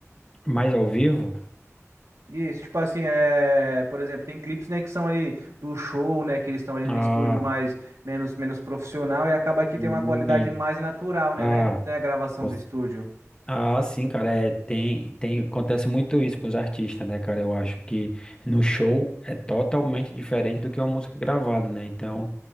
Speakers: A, on the left; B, on the right.
A: Mas ao vivo?
B: Isso, tipo assim, é, por exemplo, tem clipes, né, que são ali do show, né, que eles estão ali
A: Ah,
B: no estúdio mais menos menos profissional e acaba que
A: sim.
B: tem uma qualidade mais natural, né,
A: Ah,
B: né, né, a gravação
A: posso-
B: do estúdio.
A: ah, sim, cara. É, tem, tem, acontece muito isso com os artistas, né, cara? Eu acho que no show é totalmente diferente do que uma música gravada, né? Então.